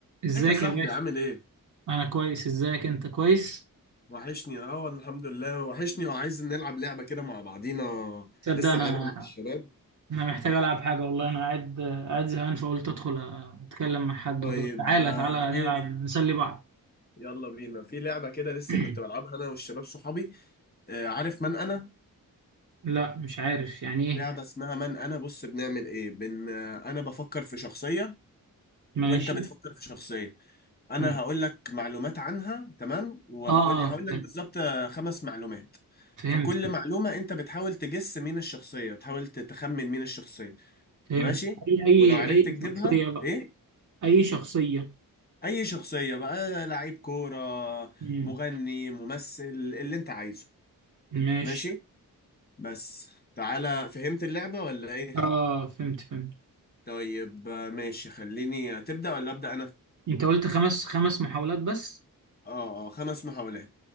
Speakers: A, on the right; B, on the left.
A: ازيك
B: ازيك يا صاحبي
A: يا باشا
B: عامل ايه؟
A: انا كويس ازيك انت كويس
B: وحشني اه والله الحمد لله وحشني وعايز نلعب لعبة كده مع بعضينا
A: تصدق
B: لسه
A: انا
B: لعبها مع الشباب
A: انا محتاج العب حاجه والله انا قاعد قاعد زهقان فقلت ادخل اتكلم مع حد
B: طيب
A: وكده تعالى
B: آه،
A: تعالى
B: في
A: نلعب نسلي بعض
B: يلا بينا في لعبة كده لسه
A: <clears throat>
B: كنت بلعبها انا والشباب صحابي آه، عارف من انا؟
A: لا مش عارف يعني ايه
B: لعبة اسمها من انا بص بنعمل ايه؟ بن آه، انا بفكر في شخصية
A: ماشي
B: وانت بتفكر في شخصية انا
A: ماشي
B: هقول لك معلومات عنها تمام وهقول
A: اه اه
B: هقول
A: فهمت
B: لك بالظبط آه، خمس معلومات
A: فهمت
B: فكل معلومة انت بتحاول تجس مين الشخصية تحاول تخمن مين الشخصية
A: فهمت
B: ماشي
A: اي اي
B: ولو عرفت
A: اي
B: تجيبها
A: شخصيه بقى
B: ايه
A: اي شخصيه
B: اي شخصية بقى لعيب كورة
A: مم.
B: مغني ممثل اللي انت عايزه
A: ماشي
B: ماشي بس تعالى فهمت اللعبة ولا ايه
A: اه فهمت فهمت
B: طيب آه، ماشي خليني تبدأ ولا أبدأ انا
A: انت قلت خمس خمس محاولات بس
B: اه اه خمس محاولات